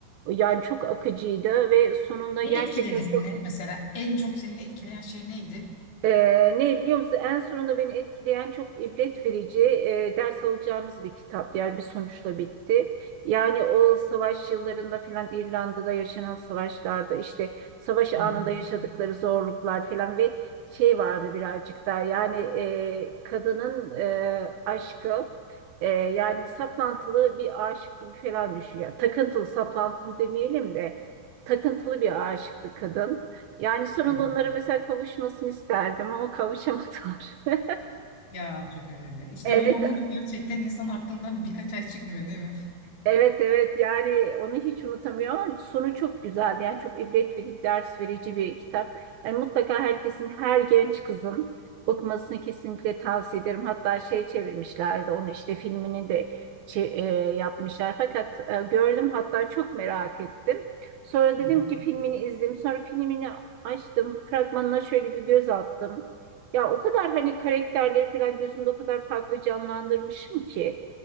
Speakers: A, on the right; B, on the left.
A: Yani çok akıcıydı ve sonunda
B: Ne
A: gerçekten
B: etkiledi seni
A: çok
B: mesela? En çok seni etkileyen şey neydi?
A: Ee, ne biliyor musun? En sonunda beni etkileyen çok ibret verici e, ders alacağımız bir kitap. Yani bir sonuçla bitti. Yani o savaş yıllarında filan İrlanda'da yaşanan savaşlarda işte savaş anında
B: Hı hı.
A: yaşadıkları zorluklar filan ve şey vardı birazcık daha yani e, kadının e, aşkı e, yani saplantılı bir aşık gibi falan düşüyor. Yani takıntılı saplantılı demeyelim de takıntılı bir aşıktı kadın. Yani sonunda
B: Hı hı.
A: onlara mesela kavuşmasını isterdim ama kavuşamadılar. <laughs>
B: Ya çok üzücü. İşte
A: Evet
B: öyle olunca gerçekten insan aklından birkaç ay çıkmıyor değil mi?
A: Evet evet yani onu hiç unutamıyorum ama sonu çok güzeldi. Yani çok ibret verici, ders verici bir kitap. Yani mutlaka herkesin, her genç kızın okumasını kesinlikle tavsiye ederim. Hatta şey çevirmişlerdi onu işte filmini de çe- e, yapmışlar. Fakat e, gördüm hatta çok merak ettim. Sonra
B: Hı
A: dedim
B: hı.
A: ki filmini izleyeyim. Sonra filmini açtım. Fragmanına şöyle bir göz attım. Ya o kadar hani karakterleri falan gözümde o kadar farklı canlandırmışım ki.